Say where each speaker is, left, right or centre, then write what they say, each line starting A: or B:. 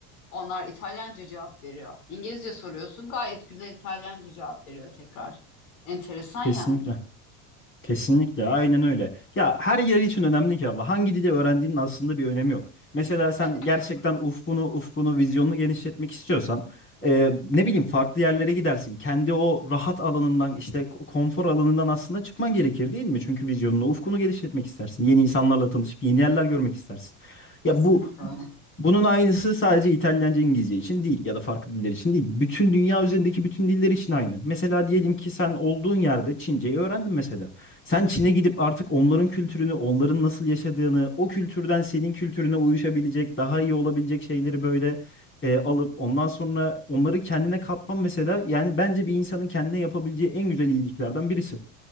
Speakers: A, on the left; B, on the left.
A: onlar İtalyanca cevap veriyor İngilizce soruyorsun gayet güzel İtalyanca cevap veriyor tekrar enteresan yani
B: Kesinlikle. Kesinlikle. Aynen öyle. Ya her yer için önemli ki abla. Hangi dili öğrendiğinin aslında bir önemi yok. Mesela sen
A: evet
B: gerçekten
A: yok
B: ufkunu, ufkunu, vizyonunu genişletmek istiyorsan e, ne bileyim farklı yerlere gidersin. Kendi o rahat alanından işte ko- konfor alanından aslında çıkman gerekir değil mi? Çünkü vizyonunu, ufkunu genişletmek istersin. Yeni insanlarla tanışıp yeni yerler görmek istersin. Ya
A: kesinlikle
B: bu
A: öyle
B: Bunun aynısı sadece İtalyanca, İngilizce için değil ya da farklı diller için değil. Bütün dünya üzerindeki bütün diller için aynı. Mesela diyelim ki sen olduğun yerde Çince'yi öğrendin mesela. Sen Çin'e gidip artık onların kültürünü, onların nasıl yaşadığını, o kültürden senin kültürüne uyuşabilecek, daha iyi olabilecek şeyleri böyle e, alıp ondan sonra onları kendine katman mesela yani bence bir insanın kendine yapabileceği en güzel iyiliklerden birisi.